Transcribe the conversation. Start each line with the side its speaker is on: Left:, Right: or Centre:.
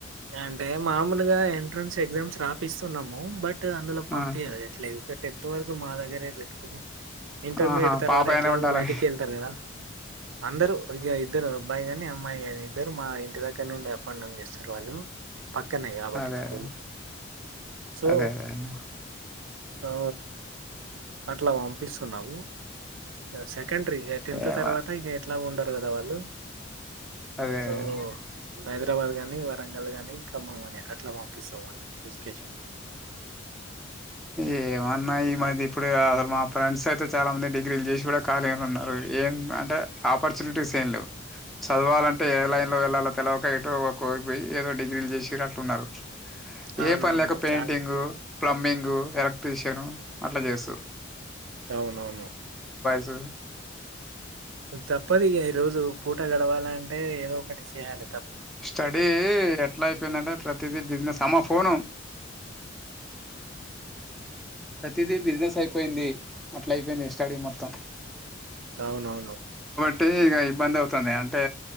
Right: అంటే మామూలుగా ఎంట్రన్స్ ఎగ్జామ్స్ రాపిస్తున్నాము బట్ అందులో పంపియట్లేదు
Centre: ఆ!
Right: ఇంతవరకు మా దగ్గరే పెట్టుకుని ఇంటర్మీడియట్
Centre: ఆహా!
Right: తర్వాత
Centre: పాప అయినా
Right: ఎట్లాగో
Centre: ఉండాలా?
Right: బయటికి వెళ్తరు కదా అందరు ఇగ ఇద్దరు అబ్బయిగానీ అమాయిగానీ ఇద్దరు మా ఇంటి దగ్గర నుడి అపాండ్డౌన్ చేస్తరు వాళ్ళు పక్కనే కాబట్టి
Centre: అదే.
Right: స్కూల్స్
Centre: అదే.
Right: సో
Centre: అదే. అదే అన్న.
Right: ఆ అట్లా పంపిస్తున్నాము సెకండరీ టెన్త్
Centre: ఏమో
Right: తర్వాత ఇగ ఎట్ల ఉండరు కదా వాళ్ళు
Centre: అదే
Right: సో
Centre: అదే
Right: హైదరాబాద్ గాని ఒంగోలు గాని <inaudible> అట్ల పంపి వాళ్ళ ఎజుకేషన్కి
Centre: ఏమో ఉన్నాయి మది ఇప్పుడే కాదమ్మా ఫ్రెండ్స్ అయితే చాలా మంది డిగ్రీలు చేసి కూడా ఖాళీగానే ఉన్నారు ఏం అంటే ఆపర్చునిటీస్ ఏం లేవు చదవాలంటే ఏ లైన్లో వెళ్ళాల తెలవక ఏటో ఒకవైపుపోయి ఏదో డిగ్రీలు చేసి అట్లున్నారు
Right: అవునవును
Centre: ఏ పనిలేక పెయిటింగూ
Right: చాలా
Centre: ప్లంబింగ్ ఎలక్ట్ర్రిషియన్ అట్ల చేస్తురు
Right: అవునవును
Centre: ఆ
Right: తప్పదిగ ఈ రోజు పూట గడవాలంటే ఏ ఏదో ఒకటి చేయాలే
Centre: స్టడీ ఎట్ల అయిపోయిందంటే ప్ర త్తదే బిజినెస్ అమ్మో ఫోను ప్రతిదీ బిజినెస్ అయిపోయింది. అట్లా అయిపోయింది. స్టడీ మొత్తం
Right: అవునవును
Centre: ట్టీ ఇక ఇబ్బంది. అవుతుంద్యా అంటే